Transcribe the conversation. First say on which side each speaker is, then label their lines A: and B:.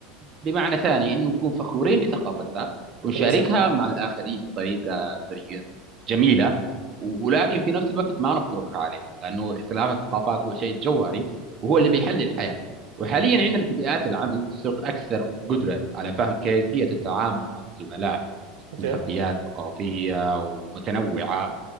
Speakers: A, on the right; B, on the right.
A: بمعنى ثاني انه نكون فخورين بثقافتنا ونشاركها
B: اي صح
A: مع الاخرين بطريقه بطريقه جميله ولكن في نفس الوقت ما نفرضها عليه لانه اختلاف الثقافات هو شيء جوهري وهو
B: اها
A: اللي بيحل الحياه وحاليا عندنا في بيئات العمل صرت اكثر قدره على فهم كيفيه التعامل مع الزملاء
B: اوكي
A: من خلفيات ثقافيه ومتنوعه